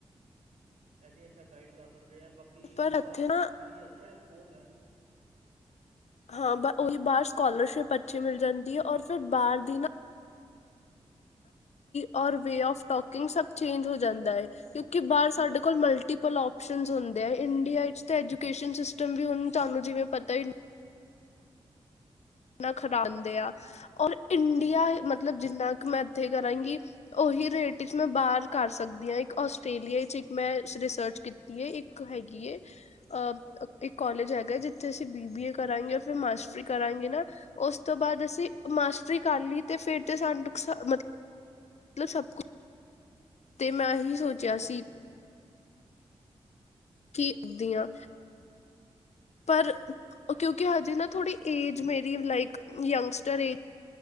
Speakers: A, on the right (about 85°); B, on the left (about 70°).
A: ਐਨੀ ਅੱਛਾ ਗਾਈਡ ਕਾਰ ਦਿੰਦੇ ਐ, ਬਾਕੀ
B: ਪਰ ਇੱਥੇ
A: ਬਾਰ
B: ਨਾ
A: ਵੀ ਅੱਛ ਐ, ਸਕੋਪ ਹੈ।
B: ਹਾਂ ਬ ਉਹੀ ਬਾਰ ਸਕੋਲਰਸ਼ਿਪ ਅੱਛੀ ਮਿਲ ਜਾਂਦੀ ਹੈ ਔਰ ਫਿਰ ਬਾਰ ਦੀ ਨਾ ਔਰ ਵੇ ਆਫ ਟੋਕਿੰਗ ਸਭ ਚੇਂਜ ਹੋ ਜਾਂਦਾ ਹੈ। ਕਿਉਕਿ ਬਾਰ ਸਾਡੇ ਕੋਲ ਮਲਟੀਪਲ ਹੁੰਦੇ ਆ ਇੰਡੀਆ ਇਚ ਤੇ ਐਜੂਕੇਸ਼ਨ ਸਿਸ ਵੀ ਹੁਣ ਤੁਹਾਨੂੰ ਜਿਵੇਂ ਪਤਾ ਹੀ ਨਾ ਖਡਾਂਉਂਦੇ ਆ। ਔਰ ਇੰਡੀਆ ਮਤਲਬ ਜਿੰਨਾ ਕੁ ਮੈਂ ਇੱਥੇ ਕਰਾਂਗੀ ਓਹੀ ਰੇਟ ਵਿਚ ਮੈਂ ਬਾਰ ਕਰ ਸਕਦੀ ਹਾਂ ਇੱਕ ਆਸਟ੍ਰੇਲੀਆ ਵਿੱਚ ਇੱਕ ਮੈਂ ਰਿਸਰਚ ਕੀਤੀ ਹੈ ਇੱਕ ਹੈਗੀ ਏ ਅ ਇੱਕ ਕੋਾਲਜ ਹੈਗਾ ਜਿੱਥੇ ਅਸੀਂ ਬੀ ਬੀ ਏ ਕਰਾਂਗੇ ਰ ਫਿਰਰ ਮਾਸਟਰੀ ਕਰਾਂਗੇ ਨਾ ਉਸ ਤੋਂ ਬਾਦ ਅਸੀ ਮਾਸਟਰੀ ਕਰ ਲਈ ਤੇ ਫੇਰ ਤੇ ਸਾਨੂੰ ਮਤਲਬ ਸਭ ਕੁਛ ਤੇ ਮੈਂ ਇਹੀ ਸੋਚਿਆ
A: ਹਾਂ
B: ਸੀ।
A: ਬਿਲਕੁਲ ਬਿਲਕੁਲ
B: ਕੀ ਦੀਆਂ ਪਰ ਕਿਉਂਕਿ ਹਜੇ ਨਾ ਥੋੜੀ ਏਜ ਮੇਰੀ ਲਾਈਕ ਯੰਗਸਟਰ ਏਜ